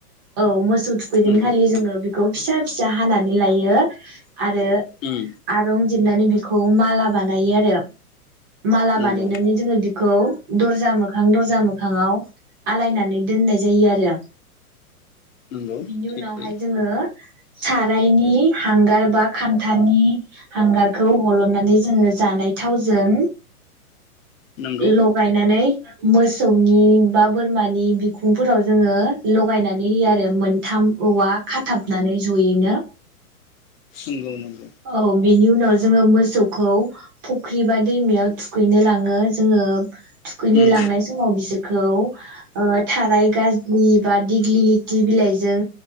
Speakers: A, on the right; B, on the left.
A: औ मोसौ थुखैगोनखालि
B: नंगौ
A: जोङो बिखौ फिसा फिसा हानानै लायो आरो
B: उम
A: आरं जिरनानै बिखौ माला बानायो आरो माला
B: नंगौ
A: बानायनानै जोङो बिखौ द जा मोखां दर्जा मो फाङाव आलायनानै दोननाय जायो आरो
B: नंगौ
A: बिनि
B: सैथो
A: उनावहाय जोङो सारायनि हांगार बा खान्थानि हांगारखौ हलनानै जोङो जानाय थावजों
B: नंगौ
A: लगायनानै मोसौनि बा बोर मानि बिखुंफोराव जोङो लगायनानै होयो आरो मोनथाम औवा खाथाबनानै जयैनो
B: नंगौ नंगौ
A: औ बिनि उनाव जोङो मोसौखौ फुख्रि बा दैमायाव थुखैनो लाङो जोङो। थुखैनो
B: उम
A: लांनाय समाव बिसोरखौ थाराइ गाज्लि बा दिग्लि लिथि बिलाइजों